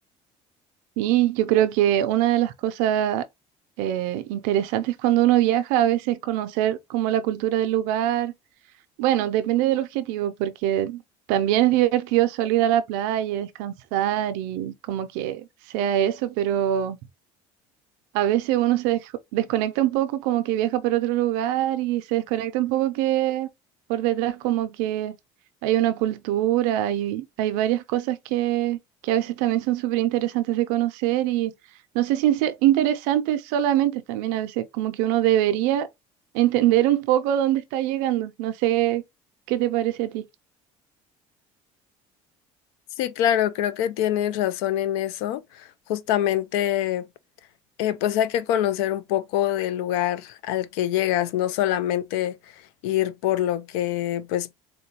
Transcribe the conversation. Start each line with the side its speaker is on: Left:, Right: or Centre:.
Right: Y yo creo que una de las cosas eh, interesantes cuando uno viaja a veces es conocer como la cultura del lugar Bueno, depende del objetivo, porque también es divertido solo ir a la playa, descansar y como que sea eso, pero a veces uno se dej- desconecta un poco, como que viaja por otro lugar y se desconecta un poco que por detrás como que hay una cultura y hay varias cosas que, que a veces también son súper interesantes de conocer y no sé si en ser interesantes solamente, también a veces como que uno debería entender un poco dónde está llegando. No sé qué te parece a ti.
Left: Sí, claro, creo que tienes razón en eso. Justamente, eh, pues hay que conocer un poco del lugar al que llegas, no solamente ir por lo que pues